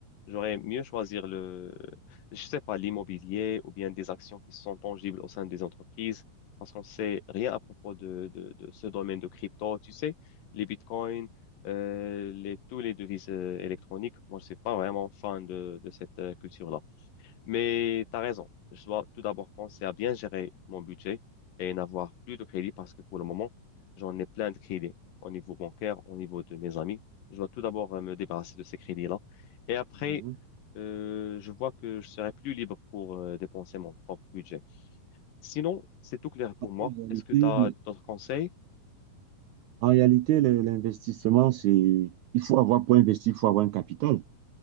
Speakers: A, on the left; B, on the right.
A: j'aurais mieux choisir je sais pas, l'immobilier ou bien des actions qui sont tangibles au sein des entreprises, parce qu'on sait rien à propos de, de, de ce domaine de crypto. Tu sais, les bitcoins, euh, les, tous les devises euh, électroniques, moi, je suis pas vraiment fan de, de cette euh, culture-là. Mais tu as raison. Je dois tout d'abord penser à bien gérer mon budget et n'avoir plus de crédit parce que pour le moment, j'en ai plein de crédits au niveau bancaire, au niveau de mes amis. Je dois tout d'abord euh, me débarrasser de ces crédits-là. Et après,
B: Mhm.
A: euh, je vois que je serai plus libre pour euh, dépenser mon propre budget. Sinon, c'est tout clair pour moi.
B: En réalité,
A: Est-ce que tu as d'autres conseils?
B: en réalité, le- l'investissement, c'est, il faut avoir, pour investir, il faut avoir un capital.